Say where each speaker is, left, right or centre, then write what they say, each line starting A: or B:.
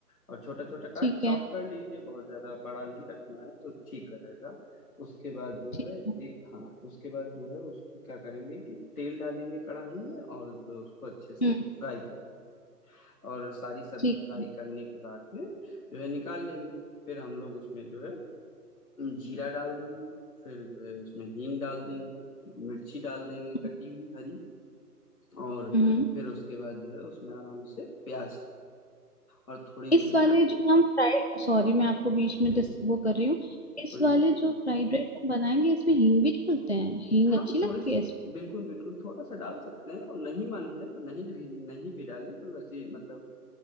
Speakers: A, on the left; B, on the left.
A: और छोटा छोटा काट
B: ठीक
A: चॉप
B: है
A: कर लीजिए बहुत ज्यादा बड़ा नहीं रखना है तो ठीक रहेगा उसके बाद जो
B: ठीक
A: है
B: है
A: एक हाँ उसके बाद जो है उसको क्या करेंगे कि तेल डालेंगे कढ़ाई में और जो उसको अच्छे से
B: हम्म
A: फ्राई कर और सारी सब्जी
B: ठीक
A: फ्राई
B: है
A: करने के बाद में जो है निकाल लेंगे फिर हम लोग उसमें जो है जीरा डाल देंगे फिर जो है उसमें हींग डाल देंगे फिर मिर्ची डाल देंगे
B: हम्म
A: कटी हुई हरी और
B: हम्म।
A: फिर उसके बाद जो है उसमें आराम से प्याज और थोड़ी देर
B: इस वाले जो हम फ्राइड सॉरी मैं आपको बीच में
A: जी
B: डिस,
A: जी
B: वो कर रही हूँ इस
A: कोई
B: वाले
A: नहीं
B: जो फ्राइड राइस हम बनाएंगे इसमें हींग भी डालते हैं हींग
A: हम
B: अच्छी लगती
A: थोड़ी सी
B: है इसमें
A: बिल्कुल बिल्कुल थोड़ा सा डाल सकते हैं और नहीं मन है तो नहीं भी नहीं भी डालें कोई वैसी मतलब